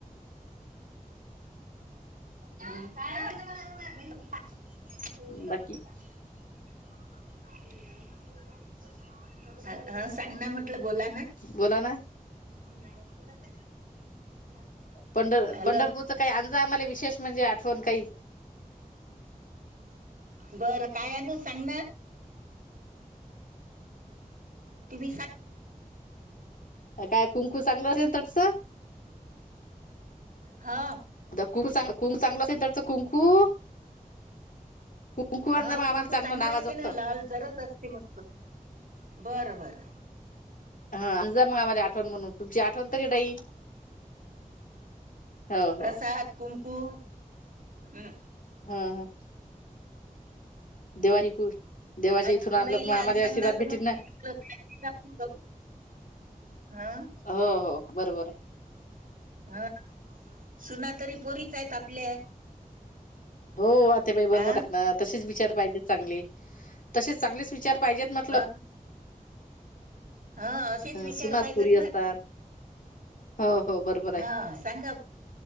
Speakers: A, on the right (about 65°); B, on the left (about 65°).
A: हम <unintelligible> जेवली का
B: बाकी
A: बबिता? <unintelligible> ह हा सांग ना म्हटलं, बोला ना.
B: बोला ना
A: <unintelligible>
B: पंढ
A: हॅलो
B: पंढरपूरचं काय आजचं आम्हाला विशेष म्हणजे आठवण काही
A: बरं काय आणू सांग ना? तुम्ही सां
B: <unintelligible>
A: हा
B: <unintelligible>
A: हा
B: मग आम्हाला
A: कुंकू चांगलं
B: नावाजोगतं
A: असते ना लाल जरद असते मस्त बरं बरं. <unintelligible>
B: ह जा मग आम्हाला आठवण म्हणून तुमची आठवण तरी राहील हो
A: प्रसाद
B: हो
A: कुंकु हम्.
B: ह ह. <unintelligible> देवाशी
A: आता
B: इथून आणलं
A: सुनाईले
B: म आम्हाला
A: आणसांना
B: आशीर्वाद
A: तर
B: भेटीन
A: मग
B: ना.
A: काय आपलं काय देणार तू जाऊ? हं
B: हो हो बरोबर आहे.
A: हा सुना तरी पोरीच आहेत आपल्या.
B: हो आत्याबाई बरोबर
A: आ
B: आहे ना तसेच विचार पाहिजेत चांगले तसेच चांगलेच विचार पाहिजे म्हटलं.
A: हं हा असेच
B: ह
A: विचार
B: सुनाच
A: पाहिजेत
B: पोरी असतात.
A: ना
B: हो हो बरोबर आहे
A: हा सांगा.